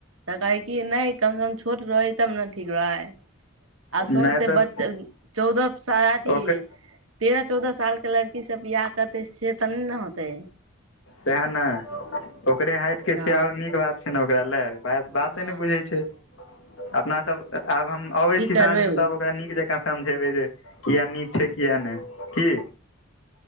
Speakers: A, on the right (about 85°); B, on the left (about 70°).
A: त कहै कि नहि कम से कम छोट रहै तब न ठीक रहै। आब
B: नहि
A: सोचतै
B: तऽ
A: ब चौदह अथी
B: ओकर
A: तेरह चौदह साल के लड़की की स बियाह करतै से त नहि ने होतै।
B: सैह ने ओकरे हाइटके
A: हँ
B: छैय और नीक बात छैय ने ओकरा ल।
A: हँ
B: बाते
A: हँ
B: नहि बुझै छैय अपना सब आब हम अबै
A: की
B: छी
A: करबै
B: साँझ मे तब त नीक जकाँ समझेबै जे किया नीक छै किया नहि कि?